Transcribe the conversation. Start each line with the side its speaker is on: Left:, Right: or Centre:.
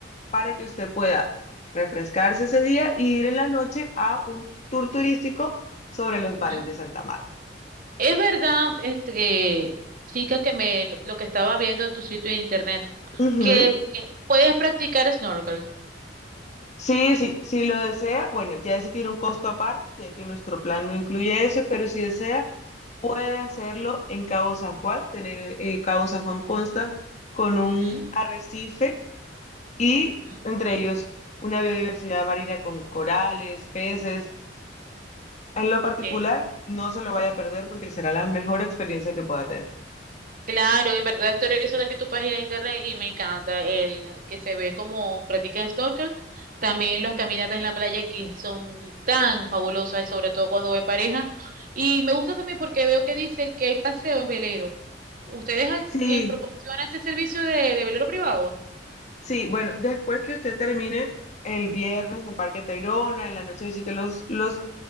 Left: para que usted pueda refrescarse ese día y ir en la noche a un tour turístico sobre los
Right: ujú.
Left: bares de Santa Marta.
Right: Es verdad, este, que, chica, que me, lo lo que estaba viendo en tu sitio de internet,
Left: Ujú.
Right: que eh, puedes practicar snorkel.
Left: Sí, sí, si lo desea, bueno, ya ese tiene un costo aparte, ya que nuestro plan no incluye eso, pero si desea, puede hacerlo en Cabo San Juan. Tener, eh, Cabo San Juan consta con un
Right: Ujú,
Left: arrecife y
Right: ujú.
Left: entre ellos una biodiversidad marina con corales, peces. En lo particular,
Right: Ok.
Left: no se lo vaya a perder porque será la mejor experiencia que pueda tener.
Right: Claro, en verdad estoy revisando aquí tu página de internet y me encanta el que se ve como practican snorkel. También las caminatas en la playa que son tan fabulosas, y sobre todo cuando voy en pareja. Y me gusta también porque veo que dice que hay paseo en velero. ¿Ustedes al-
Left: Sí,
Right: tienen, proporcionan ese servicio de, de velero privado?
Left: sí, bueno, después que usted termine el viernes el Parque Tayrona, en la noche visite los, los